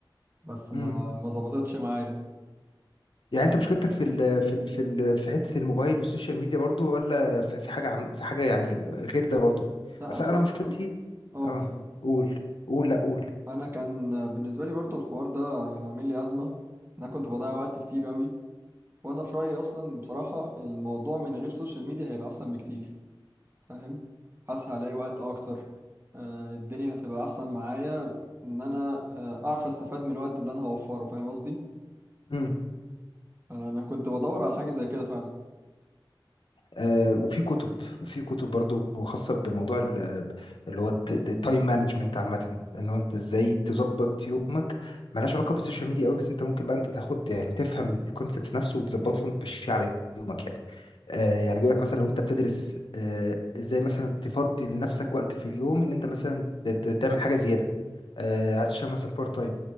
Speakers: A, on the right (about 25°); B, on the left (about 70°).
A: بس ما
B: امم
A: ما ظبطتش معايا
B: يعني انت مشكلتك في ال في ال في ال في حته الموبايل والسوشيال ميديا برضو ولا في في حاجه عم في حاجه يعني غير ده برضو
A: لا
B: اصل
A: انا بصراحه
B: انا مشكلتي
A: برضو اه
B: اه
A: كان
B: قول قول لا قول
A: انا كان بالنسبه لي برضو الحوار ده يعني عامل لي ازمه إن انا كنت بضيع وقت كتير قوي وانا في رايي اصلا بصراحه الموضوع من غير سوشيال ميديا هيبقى احسن بكتير فاهم حاسس هلاقي وقت اكتر آه، الدنيا هتبقى احسن معايا ان انا آه، اعرف استفاد من الوقت اللي انا هوفره فاهم قصدي
B: امم
A: آه، انا كنت بدور على حاجه زي كده فعلا
B: آه، وفي كتب في كتب برضو خاصة بموضوع ال- اللي هو التايم مانجمنت عامة ان هو انت ازاي تظبط يومك ملهاش علاقة بالسوشيال ميديا قوي بس انت ممكن بقى انت تاخد يعني تفهم الكونسبت نفسه وتظبطه وتمشيه على يومك يعني آه، يعني بيقول لك مثلا لو انت بتدرس آه، ازاي مثلا تفضي لنفسك وقت في اليوم ان انت مثلا ت- ت- تعمل حاجة زيادة آه، عايز تشتغل مثلا بارت تايم